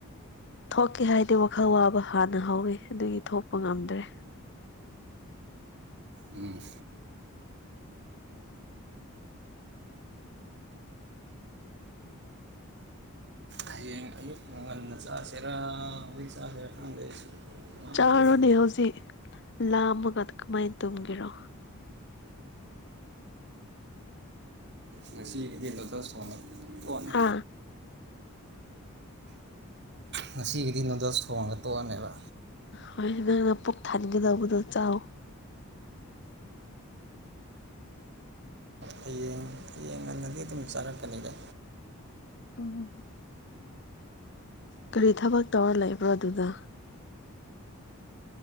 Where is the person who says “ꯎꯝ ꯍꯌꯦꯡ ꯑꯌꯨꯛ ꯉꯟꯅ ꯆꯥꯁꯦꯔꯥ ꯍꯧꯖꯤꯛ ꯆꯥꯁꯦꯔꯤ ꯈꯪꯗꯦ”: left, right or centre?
Right